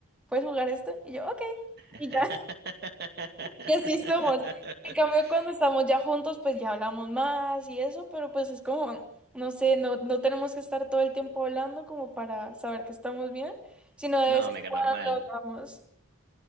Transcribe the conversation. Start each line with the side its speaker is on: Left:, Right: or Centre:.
Centre: ¿puedes jugar esto? Y yo, ok,
Right: <laughs>
Centre: y ya. Y así somos. En cambio, cuando estamos ya juntos, pues ya hablamos más y eso, pero pues es como, no sé, no, no tenemos que estar todo el tiempo hablando como para saber que estamos bien, sino de
Right: No,
Centre: vez en
Right: mega
Centre: cuando
Right: normal.
Centre: hablamos.